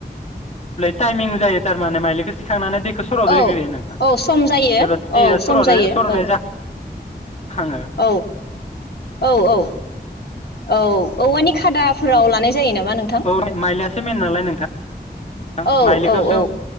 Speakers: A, on the left (about 40°); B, on the left (about 65°).
A: टाइमिं जाय़ो माने माइलिखौ सिखांनानै दैखौ सर'दैग्रोयो
B: औ
A: नोंथां
B: औ सम जायो
A: जेब्ला दैया
B: औ
A: सर'
B: सम जायो
A: सर'नाय
B: औ
A: जाखाङो
B: औ औ औ औ औवानि खादाफोराव लानाय जायो नामा? नोंथां
A: औ माइलियासो मेन नालाय नोंथां
B: औ
A: माइलिखौसो
B: औ औ